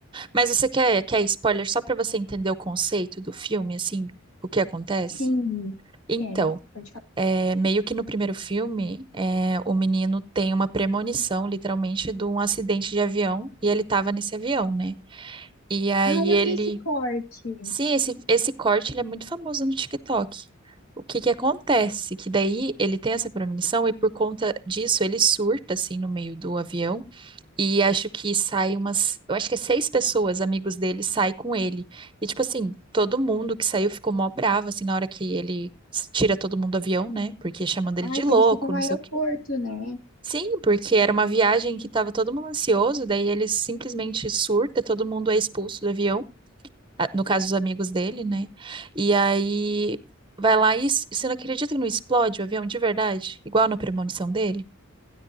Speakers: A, on the right; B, on the left.
A: Mas você quer, quer spoiler só para você entender o conceito do filme, assim, o que acontece?
B: Sim,
A: Então,
B: quero, pode falar.
A: é, meio que no primeiro filme, é, o menino tem uma premonição, literalmente, de um acidente de avião, e ele estava nesse avião, né? E aí
B: Ai,
A: ele
B: eu vi esse corte.
A: Sim, esse, esse corte ele é muito famoso no TikTok. O que que acontece? Que daí ele tem essa premonição e por conta disso ele surta assim no meio do avião e acho que sai umas, eu acho que é seis pessoas, amigos dele, sai com ele. E tipo assim, todo mundo que saiu ficou mó bravo assim na hora que ele s- tira todo mundo do avião, né? Porque chamando ele de
B: Ai, que
A: louco,
B: eles ficam no
A: não
B: aeroporto,
A: sei o quê.
B: né?
A: Sim, porque era uma viagem que tava todo mundo ansioso, daí ele simplesmente surta, todo mundo é expulso do avião a- no caso, os amigos dele, né? E aí vai lá e s- você não acredita que não explode o avião de verdade? Igual na premonição dele?